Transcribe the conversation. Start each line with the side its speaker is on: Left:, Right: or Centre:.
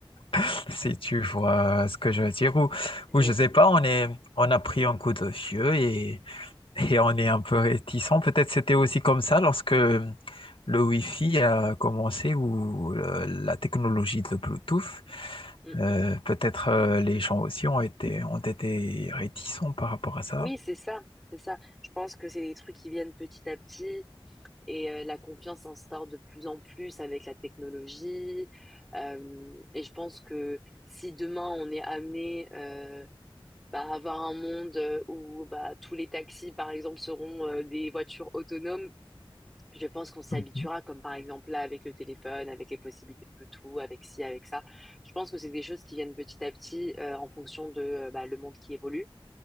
Left: <laughs> si tu vois ce que je veux dire. Ou,
Centre: Oui,
Left: ou je sais
Centre: oui,
Left: pas, on est, on a pris un coup de vieux et et on est un peu réticent. Peut-être c'était aussi comme ça lorsque le Wi-Fi a commencé ou euh, la technologie de Bluetooth.
Centre: Mm,
Left: Euh,
Centre: mm.
Left: peut-être euh, les gens aussi ont été, ont été réticents par rapport à ça.
Centre: Oui, c'est ça, c'est ça. Je pense que c'est des trucs qui viennent petit à petit. Et euh, la confiance s'instaure de plus en plus avec la technologie. Euh, et je pense que si demain on est amené euh, bah, à avoir un monde euh, où bah, tous les taxis, par exemple, seront euh, des voitures autonomes, je pense qu'on s'y
Left: Mhm,
Centre: habituera, comme par exemple là avec le téléphone, avec les possibilités de Bluetooth, avec ci, avec ça. Je pense que c'est des choses qui viennent petit à petit euh, en fonction de euh, bah, le monde qui évolue.